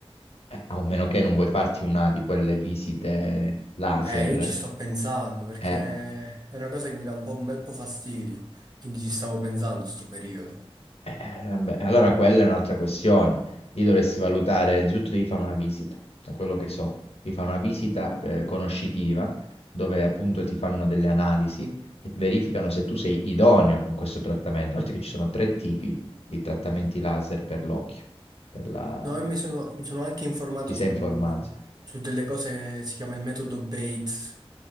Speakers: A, on the left; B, on the right.
A: eh, a meno che non vuoi farti una di quelle visite laser.
B: eh, io ci sto pensando perché
A: Eh,
B: è una cosa che mi dà un po', un bel po' fastidio. Quindi ci stavo pensando sto periodo.
A: eh, eh, vabbè, allora quella è un'altra questione. Lì dovresti valutare, innanzitutto devi fare una visita, da quello che so. Devi fare una visita eh, conoscitiva, dove appunto ti fanno delle analisi e verificano se tu sei idoneo con questo trattamento. Oltre che ci sono tre tipi di trattamenti laser per l'occhio. Per la...
B: No, io mi sono, mi sono anche informato
A: Ti sei
B: su,
A: informato?
B: su delle cose, si chiama il metodo Bates,